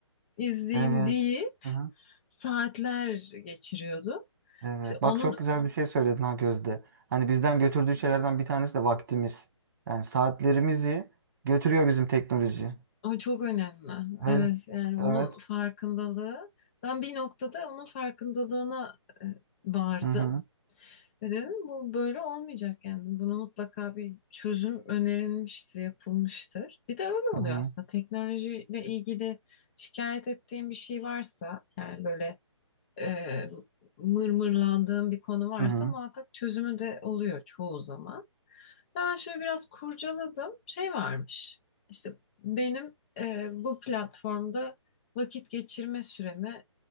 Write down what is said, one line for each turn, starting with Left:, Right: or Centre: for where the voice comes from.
Left: izleyeyim
Right: Evet.
Left: deyip
Right: Hı hı.
Left: saatler geçiriyordum.
Right: Evet.
Left: İşte onun
Right: Bak çok güzel bir şey söyledin ha Gözde. Hani bizden götürdüğü şeylerden bir tanesi de vaktimiz. Yani saatlerimizi götürüyor bizim teknoloji.
Left: o çok önemli.
Right: Öyle.
Left: Evet, yani onun
Right: Evet.
Left: farkındalığı. Ben bir noktada onun farkındalığına e, vardım.
Right: Hı hı.
Left: Ve dedim bu böyle olmayacak yani. Bunu mutlaka bir çözüm önerilmiştir, yapılmıştır. Bir de öyle oluyor
Right: Hı hı.
Left: aslında. Teknolojiyle ilgili şikayet ettiğim bir şey varsa yani böyle e, mırmırlandığım bir konu varsa
Right: Hı hı.
Left: muhakkak çözümü de oluyor çoğu zaman. Ben şöyle biraz kurcaladım. Şey varmış. İşte benim e, bu platformda vakit geçirme süremi